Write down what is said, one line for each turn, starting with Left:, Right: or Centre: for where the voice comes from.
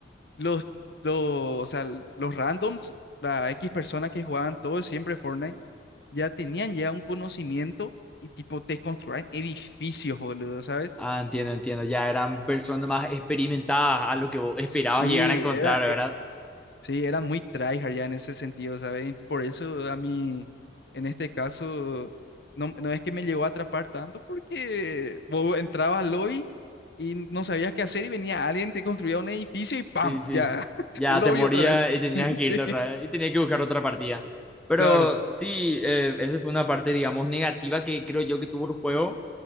Left: los, los, o sea, l- los randoms, la X personas que jugaban todo siempre Fortnite, ya tenían ya un conocimiento y, tipo, te construían edificios, boludo, ¿sabes?
Centre: Ah, entiendo, entiendo, ya eran personas más experimentadas a lo que vos esperabas
Left: Sí,
Centre: llegar a encontrar,
Left: era,
Centre: ¿verdad?
Left: Sí, eran muy tryhard ya en ese sentido, ¿sabes? Por eso a mí, en este caso, no, no es que me llegó a atrapar tanto porque vos entrabas al lobby y no sabías qué hacer y venía alguien, te construía un edificio y ¡pam!
Centre: Sí, sí.
Left: Ya, <laughs>
Centre: Ya
Left: al lobby
Centre: te moría
Left: otra vez.
Centre: y tenías
Left: <laughs>
Centre: que
Left: Sí,
Centre: irte otra vez y tenías que buscar otra partida. Pero
Left: claro,
Centre: sí, eh, esa fue una parte, digamos, negativa que creo yo que tuvo el juego,